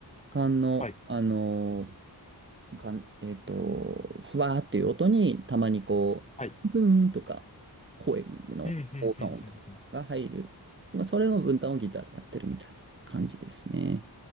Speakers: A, on the right; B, on the left.
A: 管の、
B: はい。
A: あのー、管えっと、ふわーっていう音に、たまにこう、
B: はい。
A: ブーンとか、声の効果音とかが入る。
B: うん、うん、うん、うん、うん。
A: まあ、それの分担をギターでやってるみたいな感じですね。